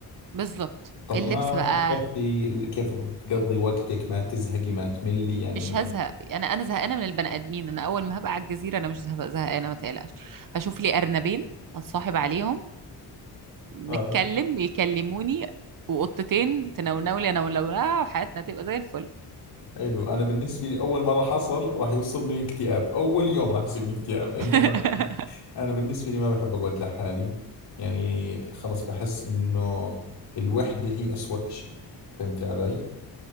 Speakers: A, on the right; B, on the left.
A: بالظبط
B: طب
A: اللبس
B: ما
A: بقى
B: فكرتي ال- كيف تقضي وقتك ما تزهقي ما تملي يعني
A: مش
B: انه
A: هزهق انا انا زهقانه من البني ادمين انا اول ما هبقى على الجزيره انا مش زهق- زهقانه ما تقلقش هشوف لي ارنبين اتصاحب عليهم
B: اه
A: نتكلم يكلموني وقطتين تنونولي انا ولولها وحياتنا تبقى زي الفل
B: حلو انا بالنسبة لي اول ما راح اصل راح يصيبني اكتئاب اول يوم راح يصيبني اكتئاب لانه
A: <laughs>
B: انا بالنسبة لي ما بحب اقعد لحالي يعني خلص بحس انه الوحدة هي اسوأ اشي فهمتي علي؟